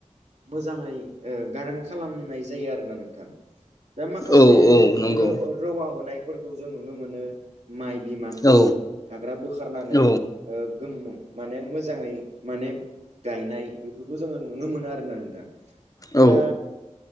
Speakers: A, on the right; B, on the left.
A: मोजाङै ओ गारां खालामनाय जायो आरोना नोंथां दा माखासे
B: औ औ नंगौ
A: रो-रौवा होनाय फोरखौ जों नुनो मोनो माइ खौ
B: औ
A: हाग्रा बोखारनानै
B: औ
A: ओ गोमो माने मोजाङै माने गायनाय बेफोरखौ जोङो नुनो मोनो आरोना नोंथां
B: औ
A: दा